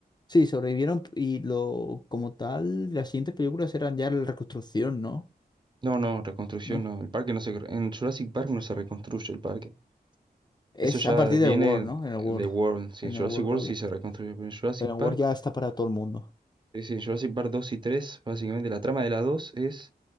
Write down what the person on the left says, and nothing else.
Sí, sobrevivieron y lo como tal, las siguientes películas eran ya la reconstrucción, ¿no?
No.
Es
a partir
del World, ¿no? En el
World.
En
el World,
vale.
Pero en
Word ya está para todo el mundo.